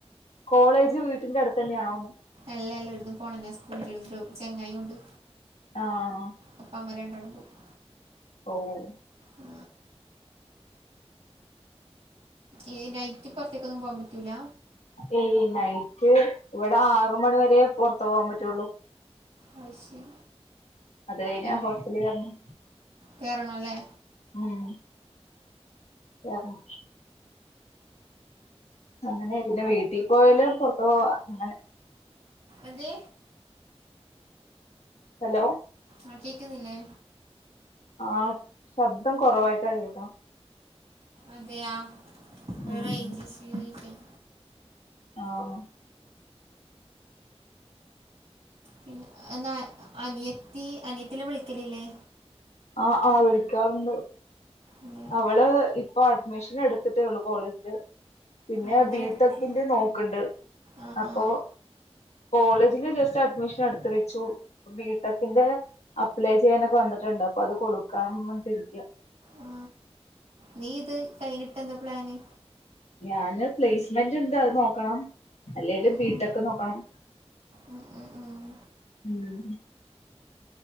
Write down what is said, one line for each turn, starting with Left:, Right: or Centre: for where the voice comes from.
Left: കോളേജ് വീട്ടിന്റെ അടുത്തന്നെയാണോന്ന്.
Right: എല്ല, എല്ലാട്ത്തും പോണെങ്ങേ, സ്കൂട്ടിട്ത്ത് ചെങ്ങായിണ്ട്.
Left: ആഹ്.
Right: അപ്പ അമ്മ രണ്ടാളും പോകും.
Left: ഓ.. ഹ്.
Right: ആ, ഏഹ് നൈറ്റ് പുറത്തേക്കൊന്നും പോവാൻ പറ്റൂല.
Left: ഏയ്, നൈറ്റ്. ഇവിടെ ആറ് മണി വരെ പുറത്ത് പോകാൻ പറ്റുള്ളൂ.
Right: അഹ് ശരി
Left: അത് കഴിഞ്ഞാ
Right: പിന്നെ
Left: ഹോസ്റ്റലിൽ കേറണം
Right: കേറണല്ലേ.
Left: ഉം. യ, ഉം. അങ്ങനെ പിന്നെ വീട്ടി പോവല് പുറത്ത് പോവാ അങ്ങനെ.
Right: എന്ത്?
Left: ഹലോ.
Right: ആഹ്, കേക്കുന്നില്ലേ?
Left: ആ ശബ്ദം കുറവായിട്ടാ കേക്കണ.
Right: അതെയാ? അത്
Left: ഉം
Right: റെയ്ഞ്ച് ഇഷ്യൂ ആയിരിക്കാം.
Left: ആഹ്.
Right: പിൻ, എന്നാ..., അനിയത്തി, അനിയത്തില്ലാം വിളിക്കലില്ലേ?
Left: ആഹ്, ആഹ്. വിളിക്കാറുണ്ട്.
Right: എന്തിനാ
Left: അവള്, ഇപ്പൊ അഡ്മിഷൻ എടുത്തിട്ടേള്ളു. കോളേജില്. പിന്നെ
Right: എന്താ
Left: ബീട്ടക്കിന്റെ
Right: എടുത്ത്
Left: നോക്ക്ണ്ട്.
Right: ആ
Left: അപ്പൊ,
Right: ആ
Left: കോളേജില് ജസ്റ്റ് അഡ്മിഷന് എടുത്ത് വെച്ചു. ബിടെക്കിന്റെ അപ്ല ചെയ്യാനൊക്കെ വന്നിട്ടുണ്ടോ. അപ്പൊ അത് കൊടുക്കാന്ന് പറഞ്ഞിട്ട് ഇരിക്ക.
Right: ആ നീ ഇത് കഴിഞ്ഞിട്ട് എന്താ പ്ലാന്?
Left: ഞാന് പ്ലേസ്മെന്റ്ണ്ട്, അത് നോക്കണം. അല്ലെല്
Right: ഉം
Left: ബിടെക്
Right: ഉം.
Left: നോക്കണം.
Right: ഉം ഉം ഉം.
Left: <inaudible>